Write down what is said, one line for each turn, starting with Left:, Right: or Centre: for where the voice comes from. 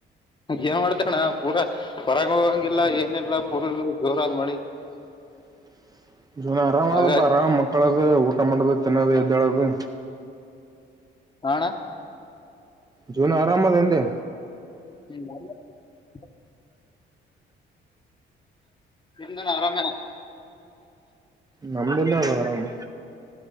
Left: ಏನ್ ಮಾಡ್ತಣ್ಣ ಪೂರಾ ಹೊರಗ ಹೋಗಂಗಿಲ್ಲ ಏನಿಲ್ಲ ಪೂರ ಜೋರ ಆದ್ ಮಳಿ
Right: ಹ ಜನ ಅರಾಮ್
Left: ಹಾಗಾಗಿ
Right: ಅದಪ್ಪ ಆರಾಮ್ ಮಕ್ಕಳದು ಊಟ ಮಾಡೋದು ತಿನ್ನೋದು ಎದ್ದೇಳದು
Left: ಹಣ
Right: ಜೂನ್ ಆರಾಮದಂದೆ
Left: ಹ್ಮ್ ನಿಮ್ದಾನ ಆರಾಮೇ
Right: ನಮ್ದೆಲ್ಲಾ ವೇರಾಮ